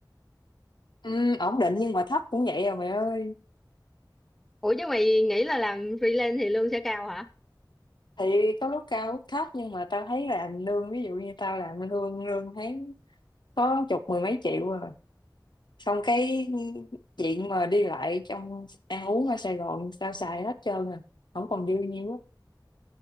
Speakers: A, on the left; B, in the centre.
A: ừ, ổn định nhưng mà thấp cũng vậy à mày ơi
B: ủa chứ mày nghĩ là làm freelance thì lương sẽ cao hả
A: thì có lúc cao lúc thấp nhưng mà tao thấy làm lương ví dụ như tao làm lương lương tháng có chục mười mấy triệu rồi xong cái chuyện mà đi lại trong ăn uống ở Sài Gòn tao xài hết trơn à không còn dư nhiêu á